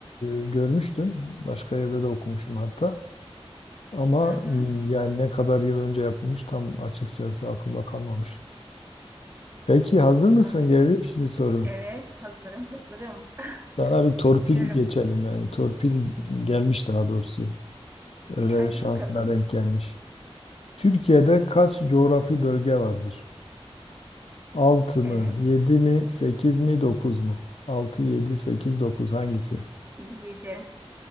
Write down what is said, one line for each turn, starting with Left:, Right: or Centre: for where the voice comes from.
Left: e, görmüştüm. Başka yerde de okumuştum hatta. Ama
Right: Hı hı,
Left: m, yani ne kadar yıl önce yapılmış tam açıkçası aklımda kalmamış. Peki hazır mısın?
Right: anlıyorum.
Left: Geliyor şimdi soru.
Right: Evet, hazırım, hazırım.
Left: Sana
Right: <laughs>
Left: bir torpil
Right: Bekliyorum.
Left: geçelim yani. Torpil gelmiş daha doğrusu. Öyle
Right: E, hadi
Left: şansına
Right: bakalım.
Left: denk gelmiş. Türkiye'de kaç coğrafi bölge vardır? 6
Right: Evet,
Left: mı, Yedi mi, Sekiz mi, Dokuz mu? 6, 7, 8, 9 hangisi?
Right: iyi yedi.